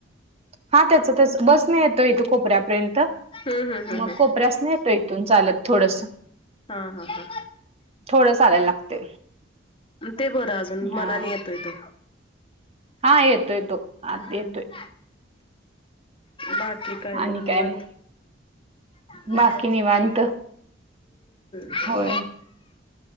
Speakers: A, on the right (about 35°); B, on the left (about 30°).
A: हा त्याच त्याच बसनी येतो इथ कोपऱ्यापर्यंत
B: हम्म हम्म हम्म
A: मग
B: हम्म.
A: कोपऱ्यासनं येतो इथून चालत थोडसं
B: हा हा हा.
A: थोडं चालायला लागतय.
B: ते बरं अजून
A: हा
B: मनाने येतोय तो
A: हा येतोय तो आ
B: हम्म.
A: येतोय
B: बाकी काय म
A: आणि
B: निवांत?
A: मग?
B: हम्म
A: बाकी निवांत
B: <inaudible> <unintelligible>
A: होय